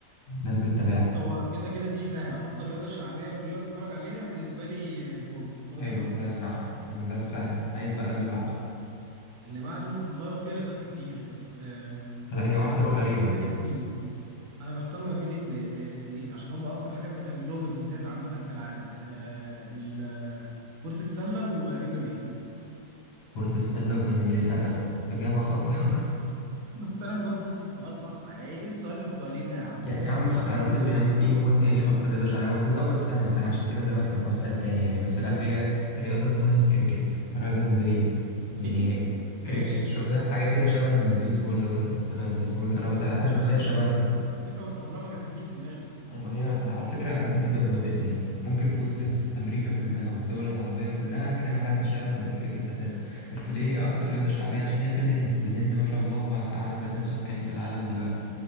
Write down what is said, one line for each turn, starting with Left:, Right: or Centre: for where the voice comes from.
Left: ناس بتتابعها
Right: هو كده كده دي سهله اكتر رياضه شعبيه كلنا بنتفرج عليها بالنسبه لي آه، الكوره كره
Left: حلو
Right: القدم
Left: ده صح ده السهل عايز بقى اللي بعده
Right: اللي بعده والله هو في رياضات كتير بس آه،
Left: هلا هي واحدة
Right: يعني انا محتار
Left: وغريبة
Right: ما بين اتنين انا محتار ما بين اتل- اتنين عشان هم اكتر حاجات بتعمل لهم ايفنتات عامه في العالم آه، ال- آه، كره السله وام ام
Left: كرة السلة وإيمي للأسف إجابة خاطئة <laughs>
Right: بس انا مجاوب نص السؤال صح يعني ايه السؤال السؤالين ده يا عم
Left: يعني يا عم خ- اعتبر يا عم إيه هو تاني أكتر رياضة شعبية مصر الأول سهل فأنا عشان كده دمجت معاه سؤال تاني يعني بس لا هي رياضة اسمها الكريكت رياضة هندية يعني
Right: ليكت
Left: هي
Right: ماشي
Left: كريكت شفتها حاجة كده شبه البيسبول لو أنت بتتابع البيسبول
Right: <laughs>
Left: أنا ما بتابعهاش
Right: عارفها يا
Left: بس
Right: عم
Left: هي شبهها يعني
Right: عارفها بس عمرها ما كانت هتيجي في دماغي
Left: ما هي ما على فكرة انت ب... ما ب... يعني ممكن في وسط امريكا كلها والدول العربية كلها هتلاقي ما حدش يعرف يعني ايه كريكت اساسا بس ليه هي اكتر رياضة شعبية عشان هي في الهند والهند ما شاء الله هم اعلى تعداد سكاني في العالم دلوقتي